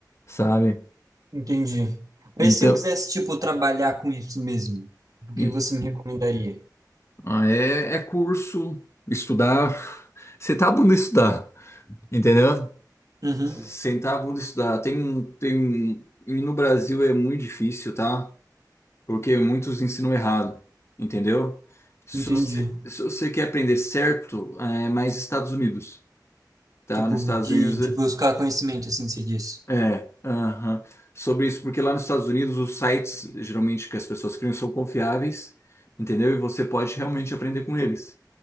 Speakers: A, on the left; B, on the right.
A: sabe?
B: Entendi. Mas
A: Então,
B: se eu quisesse, tipo, trabalhar com isso mesmo, o
A: e-
B: que você me recomendaria?
A: ah, é, é curso, estudar, <laughs> sentar a bunda e estudar, entendeu?
B: Uhum.
A: Sentar a bunda e estudar. Tem, tem, e no Brasil é muito difícil, tá? porque muitos ensinam errado, entendeu? Se
B: Entendi.
A: você, se você quer aprender certo, é mais Estados Unidos, tá?
B: Tipo,
A: Nos Estados
B: de,
A: Unidos,
B: de buscar conhecimento, assim se diz.
A: é, aham. Sobre isso, porque lá nos Estados Unidos os sites geralmente que as pessoas criam são confiáveis, entendeu? E você pode realmente aprender com eles,